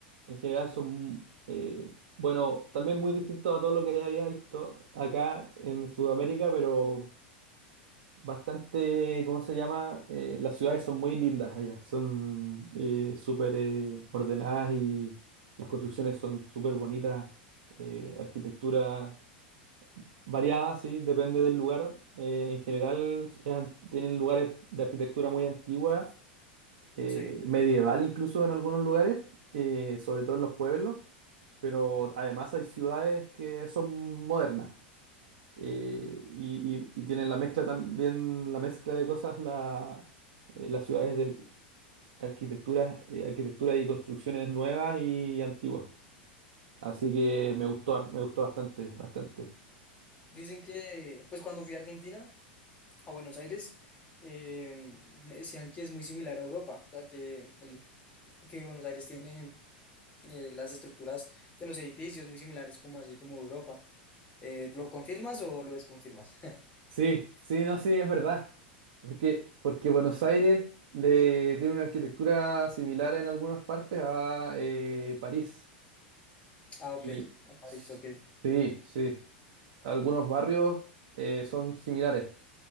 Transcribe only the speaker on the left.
Sí,
dicen que, pues cuando fui a Argentina, a Buenos Aires, eh, me decían que es muy similar a Europa, o sea, que, el, que Buenos Aires tiene eh, las estructuras de los edificios muy similares como así como Europa. Eh, ¿lo confirmas o lo desconfirmas?
Ah, ok,
a París,
ok.